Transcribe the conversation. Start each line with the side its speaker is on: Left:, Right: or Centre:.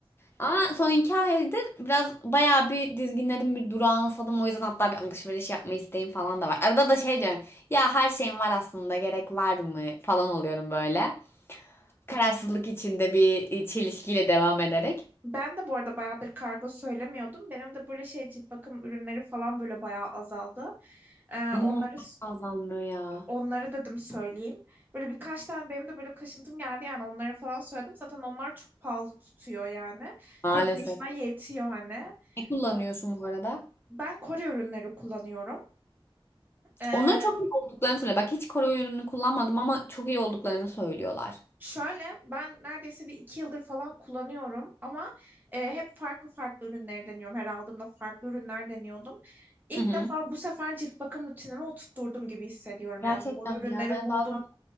Left: Ama son iki aydır biraz bayağı bir dizginlerim bir duransadım. O yüzden hatta bir alışveriş yapma isteğim falan da var. Arada da şey diyorum. Ya her şeyim var aslında gerek var mı falan oluyorum böyle. Kararsızlık içinde bir e, çelişkiyle devam ederek.
Right: Ben de bu arada bayağıdır kargo söylemiyordum. Benim de böyle şey cilt bakım ürünleri falan böyle bayağı azaldı. Ee,
Left: Benim
Right: onları
Left: onlar azalmıyor ya.
Right: onları dedim söyleyeyim. Böyle birkaç tane benim de böyle kaşıntım geldi yani onları falan söyledim. Zaten onlar çok pahalı tutuyor yani.
Left: Maalesef.
Right: Tek başına yetiyor hani.
Left: Ne kullanıyorsun
Right: O-
Left: bu arada?
Right: Ben Kore ürünleri kullanıyorum. Ee,
Left: Onların çok iyi olduklarını söyle. Bak hiç koruma ürünü kullanmadım ama çok iyi olduklarını söylüyorlar.
Right: şöyle ben neredeyse bir iki yıldır falan kullanıyorum ama e, hep farklı farklı ürünleri deniyorum. Her aldığımda farklı ürünler deniyordum. İlk
Left: Hı hı.
Right: defa bu sefer cilt bakım rutinime oturtturdum gibi hissediyorum.
Left: Gerçekten
Right: Yani doğru ürünleri
Left: mi ya? Ben
Right: buldum
Left: bazen